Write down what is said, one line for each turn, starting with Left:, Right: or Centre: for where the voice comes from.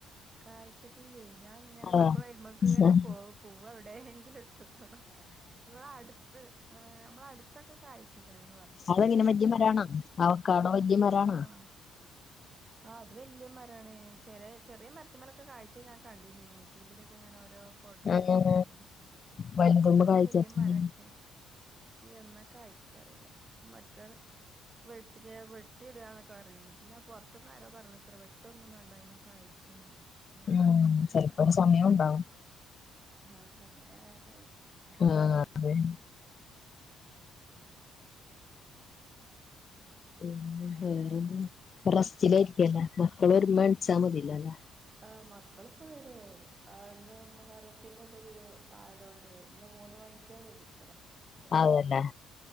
Right: കായ്ച്ച്ട്ട്ല്ലേയ് ഞാൻങ്ങനെ
Left: ആഹ്
Right: ഇപ്പളു അയ്മ്മക്ക്‌ങ്ങനെ പോവും പൂവ് എവ്ടേങ്കിലുട്ട് ക്കണോ ഇവടെ അടുത്ത് അമ്മളട്ത്തൊക്കെ കായ്ച്ച്ക്ണ്ന്ന് പർഞ്ഞിട്ടാ
Left: അതെങ്ങനെ
Right: അമ്മളെവടെ
Left: വല്യ മരാണോ
Right: കായ്ച്ച്ട്ടില്ല
Left: അവക്കാടോ വല്യ മരാണോ
Right: ആഹ് ആഹ് അത് വല്യ മരാണ് ചെലെ ചെറ്യേ മരത്ത്മ്മലൊക്കെ കായ്ച ഞാൻ കണ്ടിന്ന് യൂട്യൂബിലൊക്കെങ്ങനെ ഓരോ ഫോട്ടോസൊക്കെ
Left: ആഹ്
Right: ആയിട്ട്
Left: വലുതുമ്മെ
Right: ഇത്
Left: കായ്ക്കാത്ത
Right: വല്യ മരെക്കേണ് എന്നാ കായ്ക്കാറീല്ല മറ്റോല് വെട്ടി വെട്ടിടാന്നൊക്കെറീനു പിന്നെ പൊർത്ത്ന്നാരോ പറഞ്ഞുത്രേ വെട്ടൊന്നും വേണ്ടാ അയ്മ്മെ കായ്ക്കും ന്നൊക്കെ
Left: ഉം
Right: പർഞ്ഞ്ന്നൊക്കെ
Left: ചെലപ്പോ
Right: പർഞ്ഞ്
Left: ഒരു സമയം ഉണ്ടാവും
Right: ആഹ് സമയായാ കായ്ക്കും
Left: ആഹ് അതെ ഉം പിന്നെ വേറെന്താ
Right: ഉം
Left: റസ്റ്റിലായിരിക്കു അല്ലേ മക്കള് വരുമ്പൊ എണിച്ചാമതീലോല്ലേ
Right: ആഹ് മക്കള്പ്പൊ വരും അന്ന് മുഹറത്തിന്റെക്കെ ലീവ് ആയതോണ്ടെ ഇന്ന് മൂന്ന് മണിക്കെ വിടുത്രെ
Left: ആവുല്ലേ